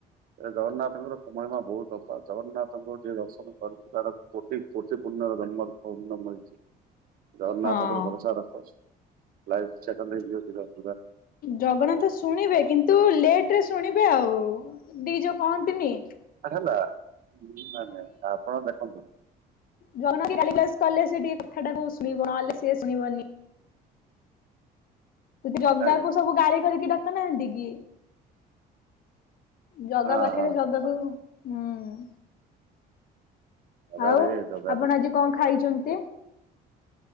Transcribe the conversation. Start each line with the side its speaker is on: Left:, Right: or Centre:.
Right: ଏ ଜଗନ୍ନାଥଙ୍କର ମହିମା ବହୁତ <unintelligible> ଜଗନ୍ନାଥଙ୍କୁ ଯିଏ ଦର୍ଶନ କରିଚି ତାର କୋଟି କୋଟି ପୁର୍ଣ୍ୟର ଜନ୍ମ ପୂର୍ଣ୍ଣ ମିଳିଚି ଜଗନ୍ନାଥ
Left: ହଁ
Right: ଉପରେ ଭରସା ରଖ ଲାଇଫ୍ ସେଟେଲ୍ ହେଇଯିବ ପୁରା।
Left: ଜଗନ୍ନାଥ ଶୁଣିବେ କିନ୍ତ୍ ତୁ ଲେଟ୍ ରେ ଶୁଣିବେ ଆଉ ଦି ଯଉ କହନ୍ତିନି
Right: ଆ-ହେଲା ନା -ନା ଆପଣ ଦେଖନ୍ତୁ
Left: ଜଗନ୍ନାଥଙ୍କୁ ଗାଳି ଗୁଲାସ୍ କଲେ ସେ ଟିକେ କଥାଟାକୁ ଶୁଣିବ ନହଲେ ସିଏ ଶୁଣିବନି। ଜଗାକୁ
Right: ଆଜ୍ଞା
Left: ସବୁ ଗାଳି କରିକି ଡାକୁ ନାହାନ୍ତି କି। ଜଗା
Right: ହଁ
Left: ପାଖରେ
Right: ହଁ
Left: ଜଗାକୁ
Right: ହଁ ହଁ
Left: ହୁଁ-
Right: ଜଗାରେ
Left: ଆଉ
Right: ଜଗାରେ
Left: ଆପଣ ଆଜି କଣ
Right: ଜଗାରେ
Left: ଖାଇଚନ୍ତି?